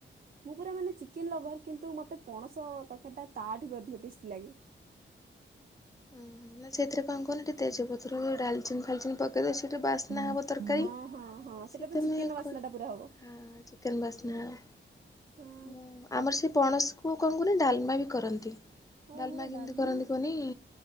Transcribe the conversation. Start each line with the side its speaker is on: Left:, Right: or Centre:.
Right: ମୁଁ ପୁରା ମାନେ ଚିକେନ୍ ଲଭର୍ କିନ୍ତୁ ମୋତେ ପଣସ ତରକାରୀଟା ତାଠୁ ବି ଅଧିକ ଟେଷ୍ଟି ଲାଗେ।
Left: ହଁ ମୁଁ ସେଥିରେ କଣ କରେ ଟିକେ ତେଜପତ୍ର ଡାଲଚିନ୍ ଫାଲଚିନ୍ ପକ୍ ଦେଲେ ସିଏ ବାସ୍ନା
Right: ହଁ
Left: ହେବ ତରକାରୀ
Right: ହଁ ହଁ ସେଇଟା
Left: ସିଏ।
Right: ତ ଚିକେନ
Left: <unintelligible>
Right: ର ବାସ୍ନା
Left: ଆ-
Right: ଟା ପୁରା ହବ।
Left: ଚିକେନ୍ ବାସ୍ନାହେଲା।
Right: ହଁ
Left: ମୁଁ ଆମର ସେ ପଣସ କୁ କଣ କରେ ଡାଲ୍ମା ବି କରନ୍ତି।
Right: ଓହୋ
Left: ଡାଲ୍ମା କେମିତି
Right: ଡାଲମା
Left: କରନ୍ତି କୁଅନି?